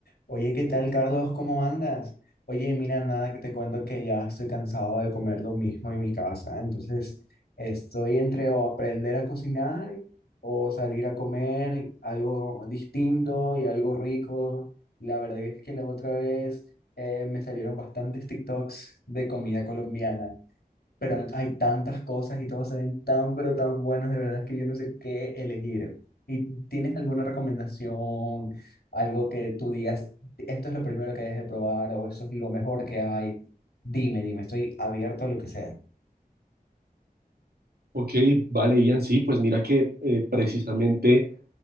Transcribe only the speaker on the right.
Ok, vale, Ian, sí, pues mira que eh, precisamente